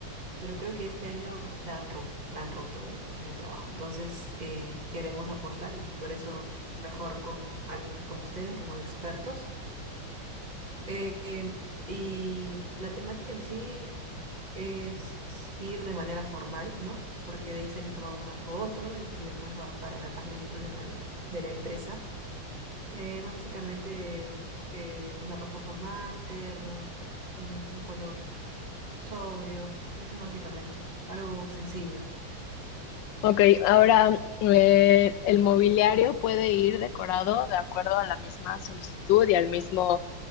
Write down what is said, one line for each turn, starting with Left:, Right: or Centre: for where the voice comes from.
Right: pero creo que este año la han, ro- la han roto, digamos, en el trabajo. Entonces, eh, queremos aportar y por eso mejor con alguien como ustedes, que son expertos, eh, em, y la temática en sí es ir de manera formal, ¿no? Porque de ahí se les toma una foto y después va para la página institucional de la empresa. Eh, básicamente eh, una ropa formal, ternos, un, un color sobrio, eso es básicamente algo sencillo.
Left: Ok, ahora eh, el mobiliario puede ir decorado de acuerdo a la misma solicitud y al mismo